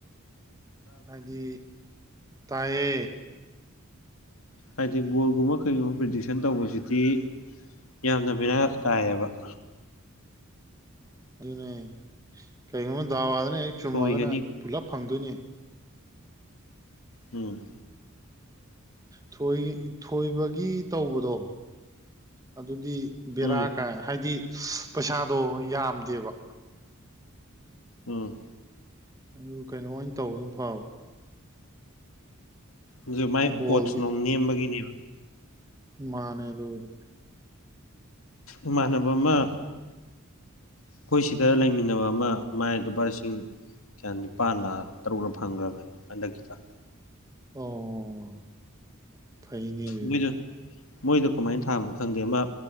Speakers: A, on the right (about 15°); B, on the left (about 70°).
A: ꯍꯥꯏꯗꯤ ꯇꯥꯏꯌꯦ
B: ꯍꯥꯏꯗꯤ ꯒꯣꯜꯒꯨꯝꯕ ꯀꯔꯤꯒꯨꯝꯕ ꯄ꯭ꯔꯤꯗꯤꯛꯁꯟ ꯇꯧꯕꯁꯤꯗꯤ ꯌꯥꯝꯅ ꯕꯦꯔꯥ ꯇꯥꯏꯌꯦꯕ
A: ꯑꯗꯨꯅꯦ ꯀꯔꯤꯒꯨꯝꯕ ꯗꯥꯎꯌꯥꯗꯅ ꯍꯦꯛ ꯆꯨꯝꯃꯒꯅ
B: ꯊꯣꯏꯒꯅꯤ
A: ꯄꯨꯜꯂꯞ ꯐꯪꯗꯣꯏꯅꯦ
B: ꯎꯝ
A: ꯊꯣꯏ ꯊꯣꯏꯕꯒꯤ ꯇꯧꯕꯗꯣ ꯑꯗꯨꯗꯤ ꯕꯦꯔꯥ
B: ꯎꯝ
A: ꯀꯥꯏ ꯍꯥꯏꯗꯤ ꯄꯩꯁꯥꯗꯣ ꯌꯥꯝꯗꯦꯕ
B: ꯎꯝ
A: ꯎꯝ ꯀꯩꯅꯣ ꯑꯣꯏꯅ ꯇꯧꯕꯅ ꯐꯥꯕ
B: ꯑꯗꯨ ꯃꯥꯏ ꯑꯣꯠꯁ
A: ꯕꯣꯜꯒꯤ
B: ꯅꯨꯡ ꯅꯦꯝꯕꯒꯤꯅꯦꯕ
A: ꯃꯥꯅꯦ ꯑꯗꯨꯕꯨꯗꯤ
B: ꯏꯃꯥꯟꯅꯕ ꯑꯃ ꯑꯩꯈꯣꯏ ꯁꯤꯗ ꯂꯩꯃꯤꯟꯅꯕ ꯑꯃ ꯃꯥꯏ ꯂꯨꯄꯥ ꯂꯤꯁꯤꯡ ꯀꯌꯥ ꯅꯤꯄꯥꯟꯂ ꯇꯔꯨꯛꯂ ꯐꯪꯈ꯭ꯔꯕꯅꯦ ꯍꯟꯗꯛꯀꯤꯗ
A: ꯑꯣ ꯐꯩꯏꯅꯦ ꯑꯗꯨꯗꯤ
B: ꯃꯣꯏꯗꯣ ꯃꯣꯏꯗꯣ ꯀꯃꯥꯏꯅ ꯊꯥꯕꯅꯣ ꯈꯪꯗꯦ ꯑꯃ